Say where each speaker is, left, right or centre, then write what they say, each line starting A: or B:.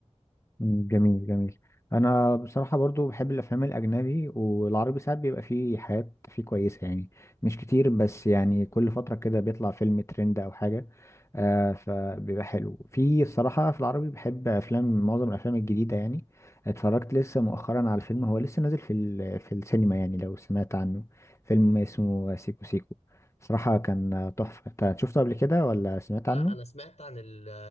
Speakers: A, on the left; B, on the left.
A: مم، جميل جميل انا بصراحه برضو بحب الافلام الاجنبي والعربي ساعات بيبقى فيه حاجات فيه كويسه يعني مش كتير بس يعني كل فتره كده بيطلع فيلم ترند او حاجه آه فبيبقى حلو في الصراحه في العربي بحب افلام معظم الافلام الجديده يعني اتفرجت لسه مؤخرا على فيلم هو لسه نازل في ال- في السينما يعني لو سمعت عنه فيلم اسمه سيكو سيكو صراحه كان تحفه انت شفته قبل كده ولا سمعت
B: لا
A: عنه
B: انا سمعت عن ال